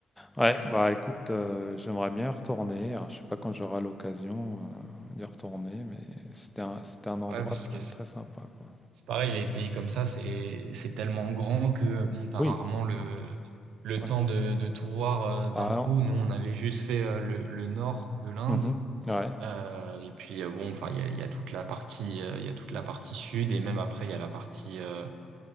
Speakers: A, in the centre; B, on the right.
A: Ouais, bah écoute, euh, j'aimerais bien y retourner. Alors, je sais pas quand j'aurai l'occasion euh, d'y retourner, mais c'était un, c'était un endroit
B: Ouais, parce que
A: très, très sympa, quoi.
B: C'est pareil, les pays comme ça, c'est c'est tellement grand que bon, t'as
A: Oui.
B: rarement le le
A: ouais.
B: temps de, de tout voir euh, d'un
A: Ah
B: coup.
A: non.
B: Nous, on avait juste fait euh, le, le nord de l'Inde.
A: mhm, Ouais.
B: Euh, et puis euh, bon, enfin, il y a, il y a toute la partie, euh, il y a toute la partie sud et même après, il y a la partie euh,